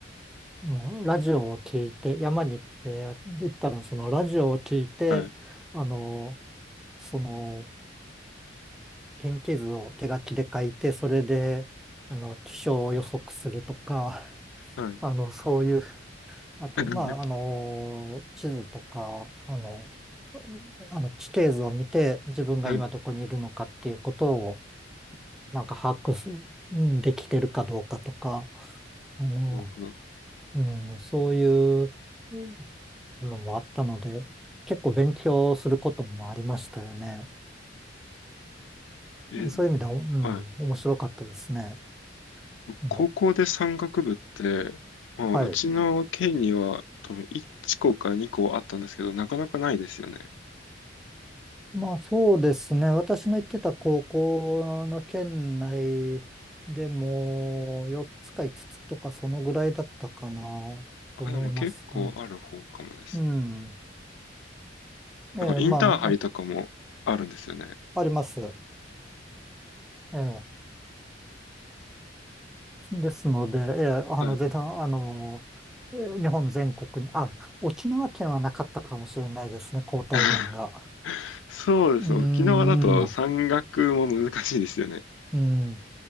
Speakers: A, in the centre; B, on the left.
A: ーもうラジオを聞いて、山に行って、行ったらそのラジオを聞いて、
B: はい、
A: あのーその天気図を手書きで書いて、それで、あの、気象を予測するとか、
B: はい。
A: あの、そういう、あと、
B: <laughs>
A: まあ、あの、地図とか、あの、あの地形図を見て、自分が今どこにいるのかっていうことを、
B: はい、<laughs> な
A: なんか把握す、うんできてるかどうかとか、あの、
B: るほど。
A: うん、そういううんのもあったので、結構勉強することもありましたよね。
B: え、
A: うん、そういう意味では、うん、
B: はい。
A: 面白かったですね。あの
B: 高校で山岳部って、まあ、
A: はい。
B: うちの県には多分1校か2校あったんですけど、なかなかないですよね。
A: まあそうですね。私の行ってた高校の県内でも4つか5つつとかそのぐらいだったかなと思います。
B: あ、でも結構ある方かもですね。
A: うん。うん
B: なんかインターハイとかもあるんですよね。
A: ええ、まあ、まあ、あります。ええ。ですので、ええ、あの、
B: はい。
A: 全然、あの、ええ日本全国に、あ、沖縄県はなかったかもしれないですね、交代連が。
B: <laughs> そうですね。
A: うん、
B: 沖縄だと山岳も難しいですよね。
A: うん、うん。